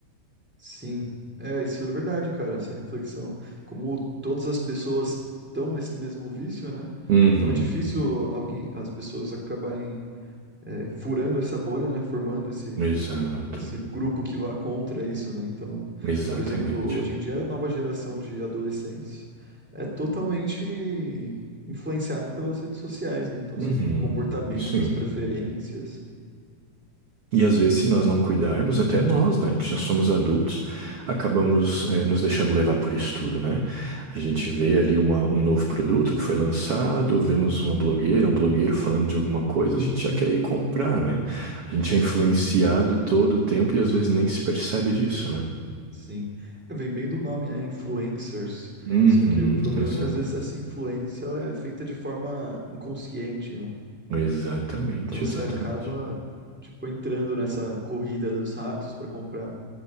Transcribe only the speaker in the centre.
Sim, é, isso é verdade, cara, essa reflexão. Como todas as pessoas estão nesse mesmo vício, né?
Então é difícil alguém, as pessoas acabarem é, furando essa bolha, né? Formando esse,
esse grupo que vá contra isso, né? Então,
por exemplo, hoje em dia a nova geração de adolescentes é totalmente influenciada pelas redes sociais, né? Então,
seu comportamento,
as preferências.
Sim,
sim. É, Vem bem do nome, é influencers.
Só que o problema
é que às vezes essa influência ela é feita de forma inconsciente, né?
Então você
acaba tipo entrando nessa corrida dos ratos para comprar